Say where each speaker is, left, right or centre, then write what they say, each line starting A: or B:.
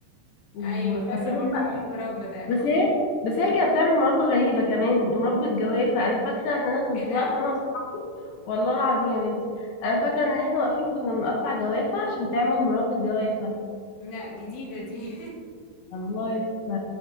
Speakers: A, on the left (about 75°); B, on the left (about 55°).
A: وخاصة
B: ايوه فاكره
A: بقى
B: برضه حوار المربى ده
A: بس هي بس هي كانت بتعمل مربى غريبة كمان مربى الجوافة أنا فاكرة إن أنا كنت
B: ايه ده
A: واقفة أنا وأصحابي والله العظيم يا بنتي أنا فاكرة إن إحنا واقفين كنا بنقطع جوافة عشان تعمل مربى الجوافة
B: لا جديده دي
A: والله ف...